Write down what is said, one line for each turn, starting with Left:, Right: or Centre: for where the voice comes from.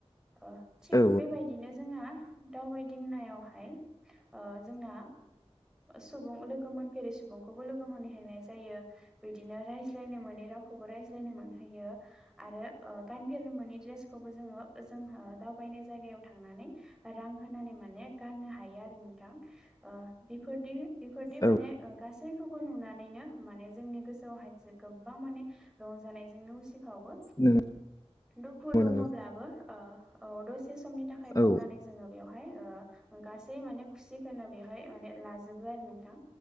Centre: अ थिग
Left: औ
Centre: बेबायदिनो जोंहा दावबायदिंनायावहाय ओ जोंना सुबुं लोगो मोनफेरि सुबुंखौबो लोगो मोनहैनाय जायो बिदिनो रायज्लायनो मोनै राव खौबो रायज्लायनो मोनयो आरो गानफेरनो मोननि द्रेसखौबो जोङो जोंहा दावबाय नाय जायगायाव थांनानै रां होनानै माने गाननो हायो आरो नोंथां ओ बेफोरदि बेफोरदि
Left: औ
Centre: माने ओ गासैखौबो नुनानैनो माने जोंनि गोसोआवहायसे गोबां माने रंजानायजोंनो उसिफावो।
Left: नंगौ
Centre: दुखु दङब्लाबो
Left: नंगौ
Centre: ओ औ दसे समनि थाखाय बावनानै
Left: औ
Centre: जोङो बेवहाय ओ गासै माने खुसिखौनो बेवहाय माने लाजोबो आरो नोंथां।